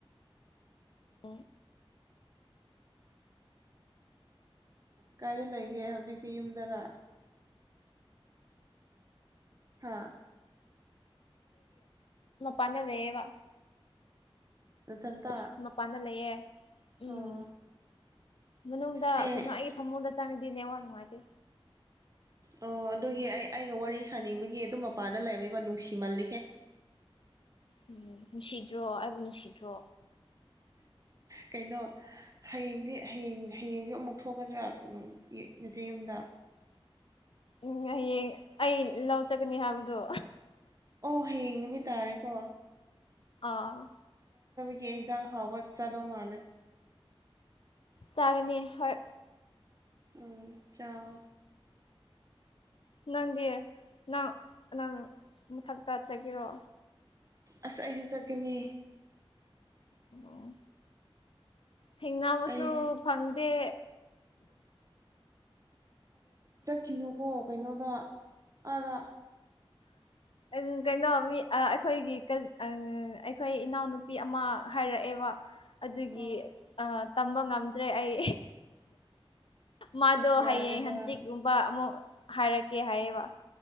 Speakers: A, on the left; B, on the right.
A: ꯑꯣ
B: ꯀꯥꯏꯗ ꯂꯩꯒꯦ ꯍꯧꯖꯤꯛꯇꯤ ꯌꯨꯝꯗꯔ ꯍꯥꯥ
A: ꯄꯅꯅꯦꯦꯕ
B: ꯅꯊꯟꯇ
A: ꯏ ꯃꯄꯥꯟꯝꯗ ꯂꯩꯌꯦꯦ
B: ꯑꯣ
A: ꯎꯝ ꯃꯅꯨꯡꯗ
B: ꯍꯌꯦꯡ
A: ꯀꯩꯅꯣ ꯑꯩꯒꯤ ꯐꯃꯨꯡꯗ ꯆꯪꯉꯗꯤꯅꯦꯋꯥ ꯅꯨꯡꯉꯥꯏꯇꯦ
B: ꯑꯣ ꯑꯗꯨꯒꯤ ꯑꯩ ꯑꯩꯒ ꯋꯥꯔꯤ ꯁꯥꯅꯤꯡꯕꯒꯤ ꯑꯗꯨꯝ ꯃꯄꯥꯟꯗ ꯂꯩꯕꯒꯤꯕ ꯅꯨꯡꯁꯤꯃꯜꯂꯤꯍꯦ
A: ꯎꯝ ꯅꯨꯡꯁꯤꯗ꯭ꯔꯣ ꯑꯩꯕꯨ ꯅꯨꯡꯁꯤꯗ꯭ꯔꯣ
B: ꯀꯩꯅꯣ ꯍꯌꯦꯡꯗꯤ ꯍꯌꯦꯡ ꯍꯌꯦꯡꯁꯨ ꯑꯃꯨꯛ ꯊꯣꯛꯀꯗ꯭ꯔꯥ ꯉꯁꯤ ꯌꯨꯝꯗ
A: ꯎꯝ ꯍꯌꯦꯡ ꯑꯩ ꯂꯧ ꯆꯠꯀꯅꯤ ꯍꯥꯏꯕꯗꯣ
B: ꯑꯣ ꯍꯌꯦꯡ ꯅꯨꯃꯤꯠ ꯇꯥꯔꯦꯀꯣ
A: ꯑꯥ
B: ꯒꯤ ꯑꯦꯖꯥꯡ ꯍꯋꯥꯠ ꯆꯥꯗꯣ ꯃꯥꯅꯦꯦ
A: ꯆꯥꯒꯅꯤ ꯍꯣꯏ
B: ꯎ ꯆꯥꯎ
A: ꯅꯪꯗꯤ ꯅꯪ ꯅꯪ ꯃꯊꯛꯇ ꯆꯠꯒꯔꯣ
B: ꯑꯁ ꯑꯩꯁꯨ ꯆꯠꯀꯅꯤ
A: ꯑꯣ ꯊꯦꯡꯅꯕꯁꯨ
B: ꯑꯩ
A: ꯐꯪꯗꯦ
B: ꯀꯅꯣꯀꯣ ꯀꯩꯅꯣꯗ ꯑꯥꯗ
A: ꯑ ꯀꯩꯅꯣ ꯃꯤ ꯑꯩꯈꯣꯏꯒꯤ ꯑꯩꯈꯣꯏ ꯏꯅꯥꯎꯅꯨꯄꯤ ꯑꯃ ꯍꯥꯏꯔꯛꯑꯦꯕ ꯑꯗꯨꯒꯤ
B: ꯑꯣ
A: ꯇꯝꯕ ꯉꯝꯗ꯭ꯔꯦ ꯑꯩ ꯃꯥꯗꯣ
B: ꯌꯥꯔꯦꯗ
A: ꯍꯌꯦꯡ ꯍꯪꯆꯤꯛꯀꯨꯝꯕ ꯑꯃꯨꯛ ꯍꯥꯏꯔꯛꯀꯦ ꯍꯥꯏꯌꯦꯕ